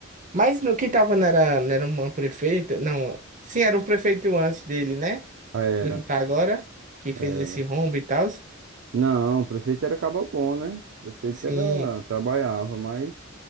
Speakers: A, on the right (about 40°); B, on the right (about 60°).
A: Mas no que tava não era, não era uma prefeita? Não, sim, era um prefeito antes dele, né?
B: Era,
A: Do que tá agora, que fez
B: era.
A: esse rombo e tal.
B: Não, o prefeito era bom né? O prefeito
A: Sim.
B: era, trabalhava, mas